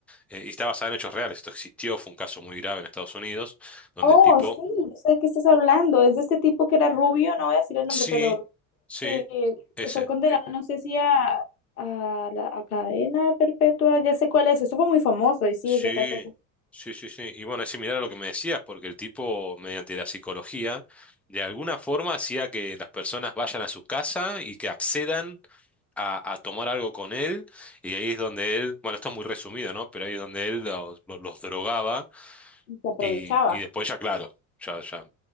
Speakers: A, in the centre; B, on the left.
A: Eh, y está basado en hechos reales, esto existió, fue un caso muy grave en Estados Unidos, donde
B: Oh,
A: el tipo,
B: sí, yo sé de qué estás hablando. Es de este tipo que era rubio, no voy a decir el nombre,
A: sí,
B: pero
A: sí,
B: que,
A: ese.
B: que fue condenado, no sé si a, a la a cadena perpetua, ya sé cuál es. Eso fue muy famoso y sí,
A: Sí,
B: es de acá, se
A: sí, sí, sí. Y bueno, es similar a lo que me decías, porque el tipo, mediante la psicología, de alguna forma hacía que las personas vayan a su casa y que accedan a, a tomar algo con él. Y ahí es donde él, bueno, esto es muy resumido, ¿no? Pero ahí es donde él los, los- los drogaba
B: se aprovechaba.
A: y, y después ya, claro, ya, ya